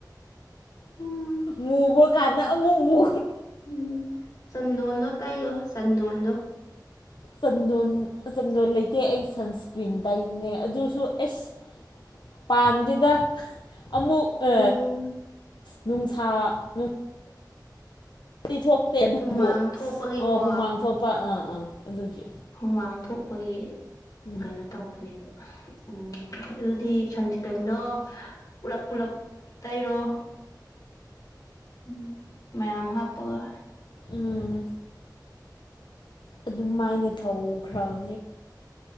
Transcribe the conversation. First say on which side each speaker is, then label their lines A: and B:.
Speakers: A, on the left; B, on the left.
A: ꯎꯝ
B: ꯃꯨꯕ ꯀꯥꯟꯗ ꯑꯃꯨꯛ ꯃꯨ
A: ꯎꯝ ꯆꯟꯗꯣꯟꯗꯣ ꯇꯩꯌꯣ ꯆꯟꯗꯣꯟꯗꯣ
B: ꯆꯟꯗꯣꯟ ꯆꯟꯗꯣꯟ ꯂꯩꯇꯦ ꯑꯩ ꯁꯟꯁꯀ꯭ꯔꯤꯟ ꯇꯩꯕꯅꯦ ꯑꯗꯨꯁꯨ ꯑꯦꯁ ꯄꯥꯟꯗꯦꯗꯥ ꯑꯃꯨꯛ ꯑ
A: ꯎꯝ
B: ꯅꯨꯡꯁꯥ ꯅꯨꯡ ꯗꯤ ꯊꯣꯛꯇꯦ ꯑꯗꯨꯕꯨ
A: ꯍꯨꯃꯥꯡ ꯊꯣꯛꯄꯒꯤꯀꯣ
B: ꯑ ꯍꯨꯃꯥꯡ ꯊꯣꯛꯄ ꯑꯥ ꯑꯥ ꯑꯗꯨꯒꯤ
A: ꯍꯨꯃꯥꯡ ꯊꯣꯛꯄꯒꯤ
B: ꯎꯝ
A: ꯀꯩꯅꯣ ꯇꯧꯈ꯭ꯔꯦꯕ ꯎꯝ ꯑꯗꯨꯗꯤ ꯁꯟꯁꯀ꯭ꯤꯟꯗꯣ ꯄꯨꯂꯞ ꯄꯨꯂꯞ ꯇꯩꯔꯣ ꯎꯝ ꯃꯌꯥꯝ ꯍꯥꯞꯄꯒ
B: ꯎꯝ ꯑꯗꯨ ꯃꯥꯏꯅꯦ ꯊꯧꯈ꯭ꯔꯕ